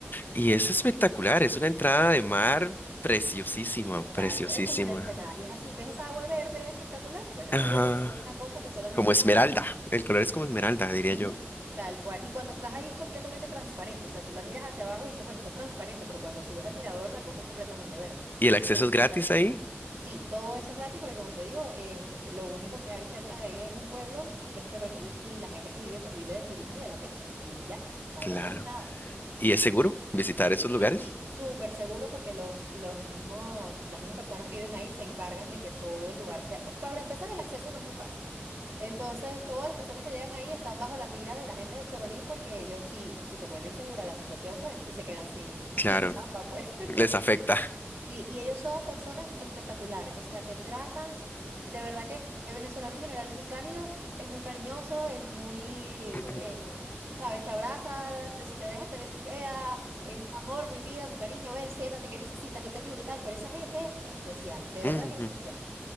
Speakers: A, on the right; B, on the left.
A: ujú,
B: y es espectacular, es una entrada de mar preciosísima,
A: Exacto,
B: preciosísima.
A: eso es una ensenada. Y es así, ¿ves esa agua verde espectacular? Bueno,
B: Ajá.
A: eh, eso es una cosa que solamente
B: como
A: está
B: esmeralda.
A: en Aragua.
B: El color es como esmeralda, diría
A: Ujú,
B: yo.
A: Tal cual. Y cuando estás ahí es completamente transparente. O sea, tú la miras hacia abajo y dices, bueno, esto es transparente, pero cuando subes al mirador la cosa es completamente verde.
B: ¿Y el acceso
A: Espectacular.
B: es gratis ahí?
A: Sí, todo eso es gratis porque como te digo, eh, lo único que hay cerca de ahí es un pueblo y que es Choroní y la gente que vive pues vive del turismo y de la pesca. Y ya, no
B: Claro.
A: hay, no hay más nada.
B: ¿Y es seguro visitar esos
A: Eh,
B: lugares?
A: sí, súper seguro porque los, los mismos, las mismas personas que viven ahí se encargan de que todo el lugar sea... pa- Para empezar, el acceso no es muy fácil. Entonces, todas las personas que llegan ahí están bajo la mira de la gente de Choroní porque ellos sí, si se vuelve insegura la situación, pues se quedan sin,
B: Claro,
A: <laughs> sin chamba, pues. <laughs>
B: les afecta.
A: Sí, y ellos son personas espectaculares, o sea, te tratan, de verdad que el venezolano en general es muy cálido, es muy cariñoso, es muy,
B: <laughs>
A: eh, sabes, te abraza, te- si te dejas te besuquea, es mi amor, mi vida, mi cariño, ven, siéntate, ¿qué necesitas? Yo te ayudo y tal, pero esa gente es especial, de
B: <clears throat>
A: verdad
B: Ujú.
A: que es especial.